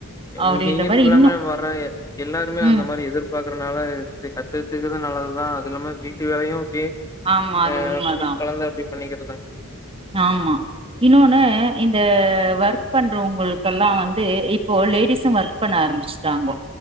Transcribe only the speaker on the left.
இங்
நீங்கன்ட்டில்லாம
வர எ எல்லாருமே
அந்த மாரி எதிர்பாக்குறனால இது கத்து வச்சுக்கது நல்லதுதா ங்குற மா வீட்டு வேலையு <unintelligible>
ஆ
அப்டி கலந்து அப்டி பண்ணிக்கிறதா